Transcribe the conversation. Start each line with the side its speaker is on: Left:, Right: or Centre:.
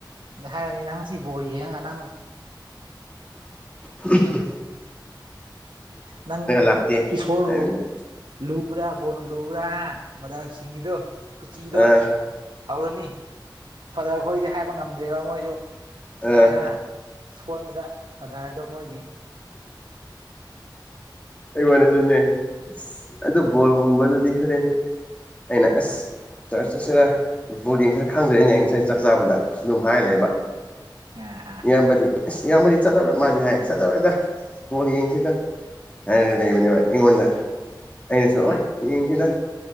Right: ꯑꯗ ꯍꯥꯏꯔꯅꯤ ꯅꯪ ꯉꯁꯤ ꯕꯣꯜ ꯌꯦꯡꯉ ꯅꯪ
Left: ꯎ
Right: ꯅꯪ
Left: ꯂꯥꯛꯇꯦ
Right: ꯏꯁꯁꯣꯔ
Left: ꯍꯥꯏꯕꯅꯦ
Right: ꯕꯨ ꯂꯨꯕ꯭ꯔ ꯕꯣꯟ ꯂꯨꯨꯔꯥ ꯃꯖꯔꯁꯤꯡꯒꯤꯗꯣ ꯀꯨꯆꯤꯗꯣ
Left: ꯑꯥ
Right: ꯍꯧꯔꯅꯤ ꯐꯗꯔ ꯈꯣꯏꯗꯤ ꯍꯥꯏꯕ ꯉꯝꯗ꯭ꯔꯦꯕ ꯃꯣꯏꯁꯨ
Left: ꯑꯥ
Right: ꯍꯣꯏ ꯍꯥ ꯁꯣꯟꯕꯗ ꯀꯥꯗꯔꯗꯣ ꯃꯣꯏꯒꯤ
Left: ꯑꯩꯉꯣꯟꯗꯁꯨꯅꯦ ꯑꯁ ꯑꯗꯨ ꯕꯣꯜꯒꯨꯝꯕꯗꯨꯗꯤ ꯍꯣꯔꯦꯟ ꯑꯩꯅ ꯑꯁ ꯆꯔꯆꯁꯤꯗ ꯕꯣꯗꯤꯡꯁꯤꯔ ꯈꯪꯗꯔꯤꯅꯦ ꯑꯩ ꯉꯁꯥꯏ ꯆꯥꯛ ꯆꯥꯕꯗ ꯑꯗꯨꯝ ꯍꯥꯏꯔ ꯂꯩꯕ
Right: ꯑꯥ ꯑꯥ
Left: ꯏꯌꯥꯝꯕꯗꯤ ꯑꯁ ꯏꯌꯥꯝꯕꯗꯤ ꯆꯠꯂꯣꯏ ꯃꯥꯗꯤ ꯍꯥꯏ ꯆꯠꯂꯔꯣꯏꯗ ꯕꯣꯜ ꯌꯦꯡꯁꯤ ꯗ ꯍꯥꯏꯔꯒ ꯂꯩꯕꯅꯦ ꯑꯩꯉꯣꯟꯗ ꯑꯩꯅꯁꯨ ꯑꯣꯏ
Right: ꯑꯥ
Left: ꯌꯦꯡꯁꯤꯗ